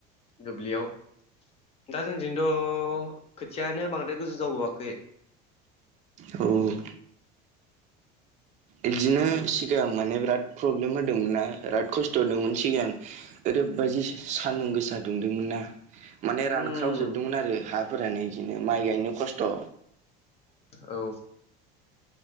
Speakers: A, on the left; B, on the right.
A: दुब्लियाव। दा जोंजोंथ' खोथियानो बांद्राय गोजौ जाबावाखै।
B: औ इदिनो
A: उम
B: सिगां माने बिराद प्रब्लेम होदोंमोनना बिराद खस्थ' होदोंमोन सिगां। ओरैबायदि सान्दुं गोसा दुंदोंमोन ना। माने
A: उम
B: रानख्रावजोबदोंमोन आरो हाफोरानो इदिनो माइ गायनो खस्थ'।
A: औ